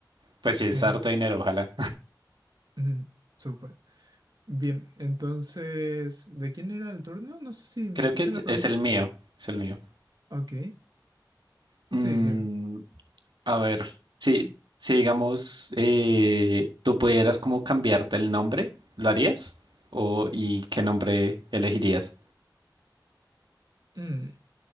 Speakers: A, on the right; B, on the right.
A: Pues sí, es
B: genial.
A: harto dinero, ojalá.
B: Ujú, súper. Bien, entonces, ¿de quién era el turno? No sé si me
A: Creo
B: hiciste
A: que es
B: la pregunta.
A: es el mío, es el mío.
B: Ok,
A: Mm,
B: sí, dime.
A: a ver, si, si digamos, eh, tú pudieras como cambiarte el nombre, ¿lo harías? O, ¿y qué nombre elegirías?
B: Mm.